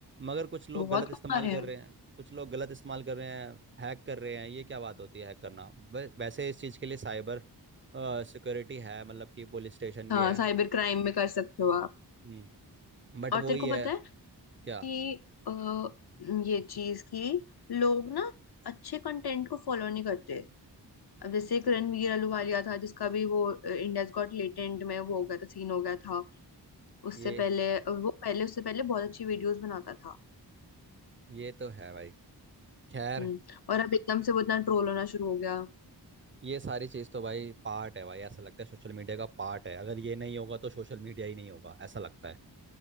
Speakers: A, on the right; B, on the left.
A: मगर कुछ लोग
B: बहुत
A: गलत इस्तेमाल
B: कमा रहे
A: कर
B: हैं
A: रहे हैं कुछ लोग गलत इस्तेमाल कर रहे हैं हैक कर रहे हैं ये क्या बात होती है हैक करना वै- वैसे इस चीज के लिए साइबर सिक्योरिटी है मतलब कि पुलिस स्टेशन
B: हाँ
A: भी है
B: साइबर क्राइम में कर सकते हो आप
A: हम्म बट
B: और
A: वो
B: तेरे
A: ही
B: को
A: है
B: पता है कि,
A: क्या
B: अ, ये चीज कि लोग ना अच्छे कंटेंट को फॉलो नहीं करते अब जैसे एक रणवीर अहलूवालिया था जिसका भी वो इंडियाज गॉट लेटेंट में वो हो गया था सीन हो गया था उससे
A: ये
B: पहले अ, वो पहले उससे पहले बहुत अच्छी वीडियोस बनाता था
A: ये तो है भाई खैर
B: हम्म और अब एकदम से वो इतना ट्रोल होना शुरू हो गया
A: ये सारी चीज तो भाई पार्ट है भाई ऐसा लगता है सोशल मीडिया का पार्ट है अगर ये नहीं होगा तो सोशल मीडिया ही नहीं होगा ऐसा लगता है